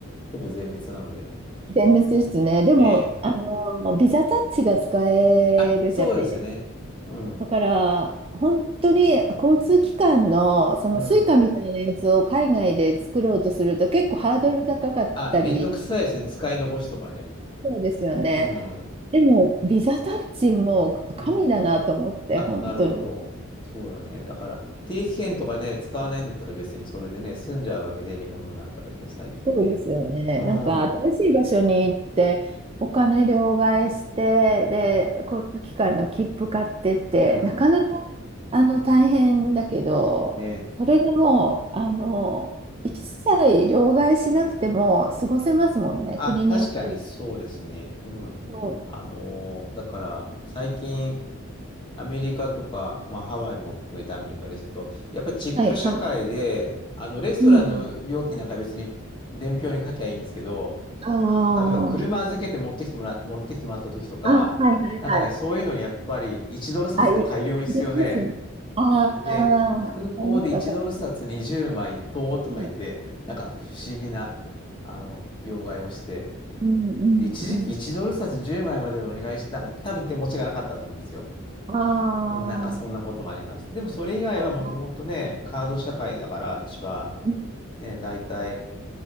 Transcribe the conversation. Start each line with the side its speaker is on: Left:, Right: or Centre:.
Left: ほぼ全滅なので。
Right: 全滅ですね。
Left: うん
Right: でも、
Left: ね。
Right: あの、ビザタッチが使えるじゃないですか
Left: あ、そうですね。うん。
Right: だから、本当に交通機関のそのスイカみたいなやつを海外で作ろうとすると結構ハードル高かったり、
Left: うん。あ、めんどくさいですね。使い残しとかね。
Right: そうですよね。
Left: うん。
Right: でも、ビザタッチも神だなと思って、
Left: うん。あ、
Right: 本当に。
Left: なるほど。そうだね。だから、定期券とかね、使わないんだったら別にそれでね、済んじゃうわけで、日本の中でもね、最近ね。
Right: そうですよね。
Left: うん。
Right: なんか新しい場所に行ってお金両替してで交通機関の切符買ってってなかなか
Left: うん。うん。
Right: あの大変だけどそれがもうあの一切両替しなくても過ごせますもんね国によっては。
Left: ね。あ、確かにそうですね。うん。
Right: そ
Left: あのーだから、最近、アメリカとか、まあ、ハワイも含めてアメリカですけど、やっぱチップ社会で、
Right: うはいはい。
Left: あの、レストランの料金なんか別に伝票に書きゃいいんですけど、
Right: うん。ああ。
Left: 例えば車預けて持ってきてもら、持ってきてもらった時とか、
Right: あ、はいはいはい。
Left: なんかね、そういうのにやっぱり1ドル札が大量に必要で、
Right: あ、い、できますよね。ああ、
Left: それで空港で1ドル札20枚ととか言って、
Right: わかりますわかります。
Left: なんか不思議な、あの、両替をして、
Right: うんうんうん。
Left: 一時期1ドル札10枚まいまでお願いして、なんか多分手持ちがなかったと思うんですよ。
Right: ああ。
Left: うん、なんかそんなこともありました。でもそれ以外はもともとね、
Right: はいはい
Left: カード社会だからあっちは、
Right: うん、
Left: ね、だいたい